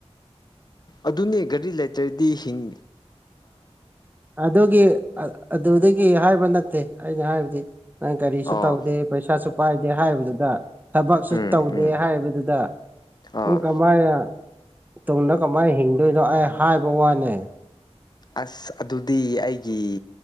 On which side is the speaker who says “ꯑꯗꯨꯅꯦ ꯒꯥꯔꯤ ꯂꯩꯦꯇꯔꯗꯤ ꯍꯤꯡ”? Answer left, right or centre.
Left